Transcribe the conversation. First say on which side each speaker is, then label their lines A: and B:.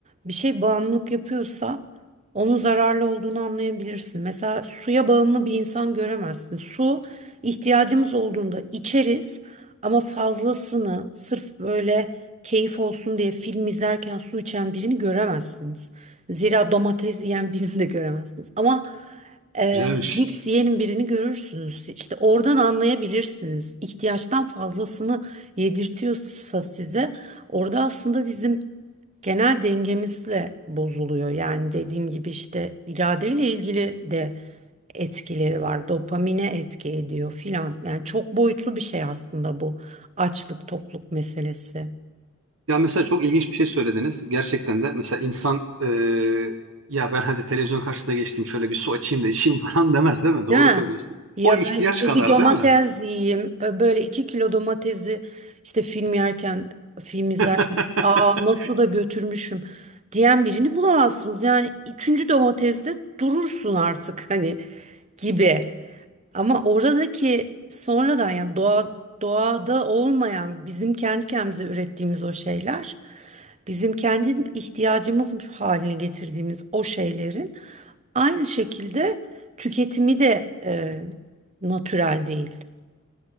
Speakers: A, on the right (about 35°); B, on the right (about 70°).
A: bir şey bağımlılık yapıyorsa onun zararlı olduğunu anlayabilirsin. Mesela suya bağımlı bir insan göremezsin. Su ihtiyacımız olduğunda içeriz ama fazlasını sırf böyle keyif olsun diye film izlerken su içen birini göremezsiniz. Zira domates yiyen birini de göremezsiniz. Ama ee,
B: güzelmiş.
A: cips yiyen birini görürsünüz. İşte oradan anlayabilirsiniz. İhtiyaçtan fazlasını yedirtiyorsa size orada aslında bizim genel dengemizle bozuluyor. Yani dediğim gibi işte iradeyle ilgili de etkileri var. Dopamine etki ediyor filan. Yani çok boyutlu bir şey aslında bu açlık tokluk meselesi.
B: Ya mesela çok ilginç bir şey söylediniz. Gerçekten de mesela insan e, ya ben hadi televizyon karşısına geçtim şöyle bir su açayım da içeyim <laughs> falan demez değil mi? Doğru
A: Değil mi?
B: söylüyorsunuz.
A: Ya
B: O ihtiyaç
A: da işte
B: kadar
A: bir domates
B: değil mi?
A: yiyeyim. Ö, Böyle iki kilo domatesi işte film yerken, film izlerken
B: <laughs>
A: aa nasıl da götürmüşüm diyen birini bulamazsınız. Yani üçüncü domateste durursun artık hani gibi. Ama oradaki sonradan yani doğa doğada olmayan bizim kendi kendimize ürettiğimiz o şeyler, bizim kendi ihtiyacımız haline getirdiğimiz o şeylerin aynı şekilde tüketimi de e, natürel değil.